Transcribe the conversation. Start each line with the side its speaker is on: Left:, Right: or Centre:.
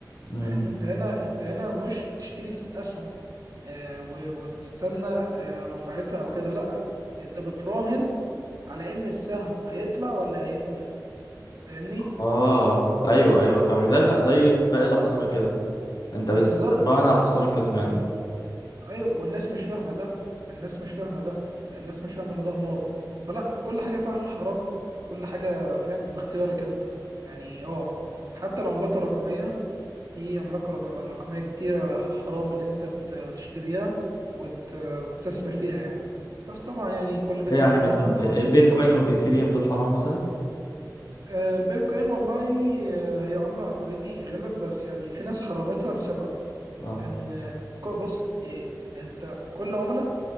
Left: امم
Right: لأن أنت هنا أنت هنا مش بتشتري س- أسهم آه، و- وبتستنى آه، رفعتها أو كده لا انت بتراهن على ان السهم هيطلع ولا هينزل فاهمني
Left: اه ايوه ايوه فاهمك زي الح... زي سباق الحصانه كده انت
Right: بالظبط
Left: بتتراهن على الحصان الكسبان
Right: ون... ايوه والناس مش فاهمه ده الناس مش فاهمه ده الناس مش فاهمه ان ده قمار فلا كل حاجه فيها الحرام كل حاجه فاهم باختيارك انت يعني اه حتى العملات الرقميه في عملات رق- رقميه كتيره حرام اللي انت ت- تشتريها وت- وتستثمر فيها يعني بس طبعا يعني كل بيسمع
Left: ليه يعني
Right: من
Left: مثلا
Right: هنا ويفوت
Left: ال- البيتكوين
Right: من هنا
Left: والايثيريوم دول حرام مثلا
Right: آه، البيتكوين والله آه، هي عمله اوريدي غلت بس يعني في ناس حرمتها لسبب
Left: اه
Right: ان كو- بص إيه انت كل عملة